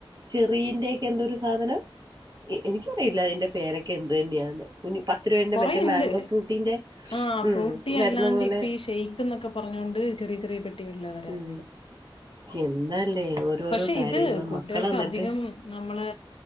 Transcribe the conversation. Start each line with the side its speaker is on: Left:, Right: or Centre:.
Right: ചെറീന്റെക്കെ എന്തോ ഒരു സാധനം എനിക്കറിയില്ല അതിന്റെ പേരൊക്കെ എന്ത് തന്നെയാന്ന് കുഞ്ഞ് പത്ത് രൂപേന്റെ
Left: കൊറെണ്ട്
Right: മറ്റേ മാങ്കോ ഫ്രൂട്ടീന്റെ
Left: ആ
Right: ഉം
Left: ഫ്രൂട്ടി
Right: വരുന്ന
Left: അല്ലാണ്ട്
Right: പോലെ
Left: ഇപ്പ ഈ ഷെയ്ക്ക് എന്നൊക്കെ പറഞ്ഞൊണ്ട് ചെറിയ ചെറിയ പെട്ടികൾ വരാറുണ്ട്
Right: ഉം എന്താല്ലേ ഓരോരോ
Left: പക്ഷെ
Right: കാര്യങ്ങള്
Left: ഇത് കുട്ടികൾക്ക്
Right: മക്കള് എന്നിട്ട്
Left: അധികം നമ്മള്